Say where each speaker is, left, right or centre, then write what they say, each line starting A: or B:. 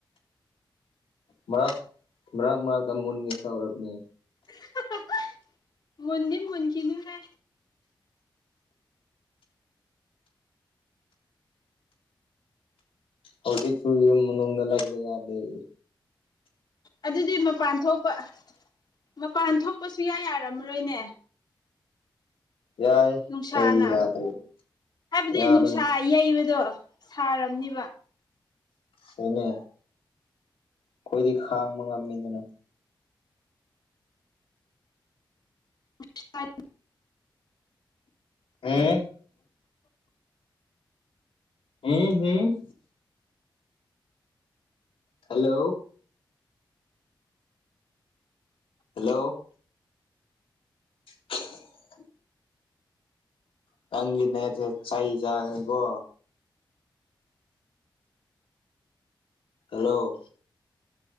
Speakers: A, on the left; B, on the left.
A: ꯃꯥ ꯃꯔꯛ ꯃꯔꯛꯇ ꯃꯨꯟꯒꯦ ꯇꯧꯔꯕꯅꯦ
B: <unintelligible> ꯃꯨꯟꯗꯤ ꯃꯨꯟꯈꯤꯅꯨꯍꯦ
A: ꯍꯧꯖꯤꯛꯁꯨ ꯌꯨꯝ ꯃꯅꯨꯡꯗ ꯂꯩꯕ ꯌꯥꯗꯦꯌꯦ
B: ꯑꯗꯨꯗꯤ ꯃꯄꯥꯟ ꯊꯣꯛꯄ ꯃꯄꯥꯟ ꯊꯣꯛꯄ ꯁꯨꯌꯥ ꯌꯥꯔꯝꯃꯔꯣꯏꯅꯦ
A: ꯌꯥꯏ
B: ꯅꯨꯡꯁꯥꯅ
A: ꯀꯩ ꯌꯥꯗ꯭ꯔꯦ
B: ꯍꯥꯏꯞꯗꯤ
A: ꯌꯥꯕꯅꯤ
B: ꯅꯨꯡꯁꯥ ꯌꯩꯕꯗꯣ ꯁꯥꯔꯝꯅꯤꯕ
A: ꯍꯣꯏꯅꯦ ꯈꯣꯏꯗꯤ ꯈꯥꯡꯕ ꯉꯝꯃꯦ ꯑꯗꯨꯅ
B: <unintelligible>
A: ꯍꯦ ꯍꯦ ꯍꯦ ꯍꯜꯂꯣ ꯍꯜꯂꯣ <inaudible> ꯅꯪꯒꯤ ꯅꯦꯠꯁꯦ ꯆꯩ ꯆꯥꯒꯅꯤꯀꯣ ꯍꯜꯂꯣ